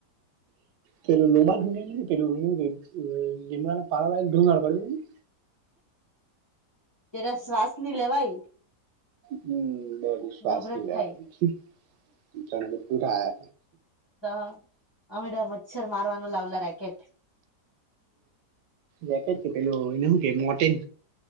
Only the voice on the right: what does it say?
પેલું લીબાનને પેલું હું કેય અ લીમડાના પાડો લાવીને ધુમાડો કર જોની.
હમ્મ, બધું શ્વાસ
ની લેવાઈ.
તુ થાય.
રેકેટ કે પેલો એને હુ કે મોર્ટીન.